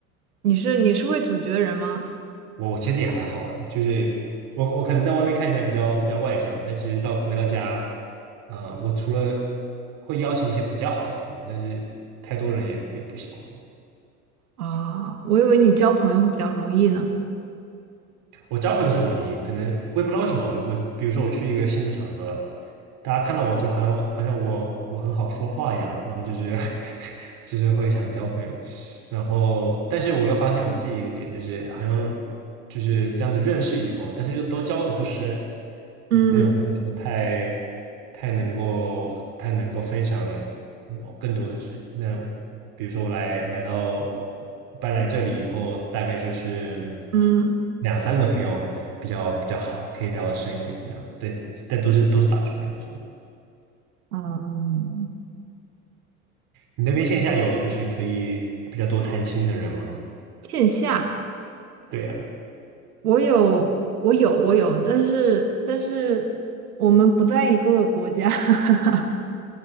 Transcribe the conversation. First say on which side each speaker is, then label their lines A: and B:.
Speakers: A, on the right; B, on the right.
A: 你是你是会组局的人吗？
B: 我我其实也还好哎，就是我我可能在外面看起来比较比较外向，但其实到回到家，呃，我除了会邀请一些比较好的朋友，但是太多人也也不喜欢。
A: 啊，我以为你交朋友会比较容易呢。
B: 我交朋友是容易，可能我也不知道为什么，我比如说我去一个新的场合，大家看到我就好像好像我我很好说话一样，然后就是 <laughs> 就是会想交朋友。然后，但是我又发现我自己一个点，就是好像就是这样子认识以后，但是又都交的不深，对，
A: 嗯
B: 没有说太太能够太能够分享你 y 更多的事。那比如说我来来到搬来这里以后，大概就是
A: 嗯
B: 两三个朋友比较比较好，可以聊的深一点这样。对，但都是都是打球人，是吗？
A: 嗯，
B: 你那边线下有就是可以比较多谈心的人吗？
A: 线下
B: 对呀。
A: 我有我有我有，但是但是我们不在一个国家。<laughs>